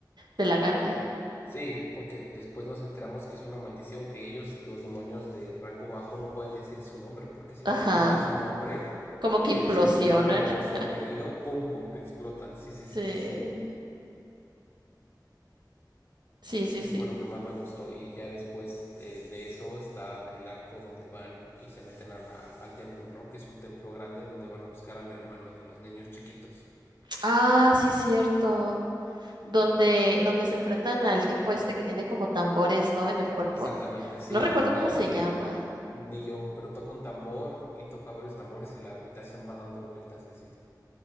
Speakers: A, on the right; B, on the left.
A: dé la gana.
B: Sí, porque después nos enteramos que es una maldición, que ellos, los demonios de rango bajo, no pueden decir su nombre, porque si
A: Ajá,
B: pronuncian su nombre,
A: como que
B: si
A: implosionan.
B: dicen su nombre o
A: <laughs>
B: su apellido, ¡pum! como que explotan. Sí, sí,
A: Sí.
B: sí, sí, sí.
A: Sí, sí,
B: Eso
A: sí.
B: fue lo que más me gustó. Y ya después de, de eso está el arco donde van y se meten a la, al templo, ¿no? Que es un templo grande donde van a buscar al hermano de los niños chiquitos.
A: Ah, sí es cierto. Donde, donde se enfrentan al tipo este que tiene como tambores, ¿no? En el cuerpo.
B: Exactamente, sí,
A: No recuerdo
B: que cada
A: cómo se
B: que
A: llama.
B: ni yo, pero toca un tambor y toca varios tambores y la habitación va dando vueltas y así.